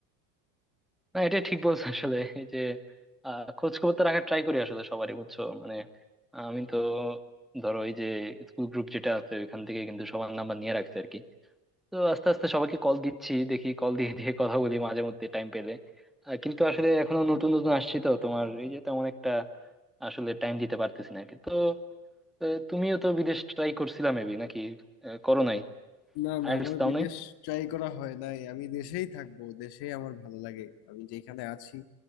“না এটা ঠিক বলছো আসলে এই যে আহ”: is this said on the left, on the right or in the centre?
Centre